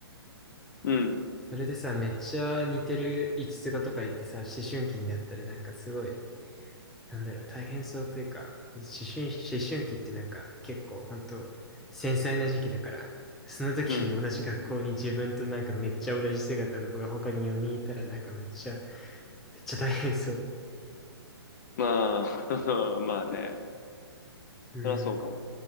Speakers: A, on the left; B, in the centre.
A: うん。
B: それでさ、めっちゃ似てる五つ子とか言ってさ、思春期になったらなんかすごい、なんだろう、大変そうというか、思春、思春期ってなんか結構ほんと繊細な時期だから、その時に同じ学校に自分となんかめっちゃ同じ姿の子が他に4人いたらなんかめっちゃ、
A: うん。
B: めっちゃ大変そう。
A: まあ、<laughs> まあね。
B: うん。
A: そりゃそうかも。